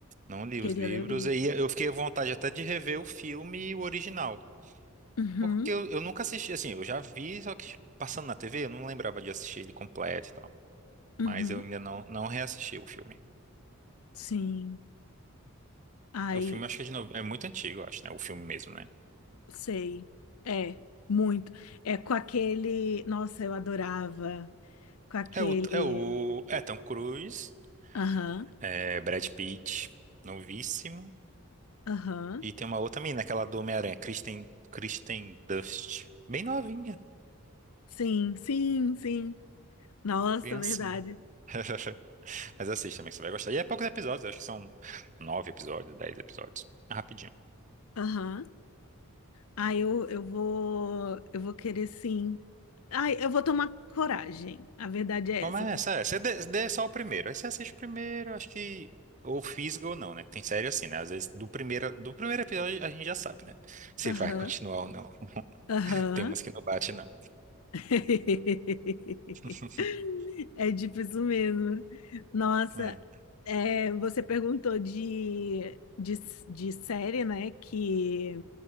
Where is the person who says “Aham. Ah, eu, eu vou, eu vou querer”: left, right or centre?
Left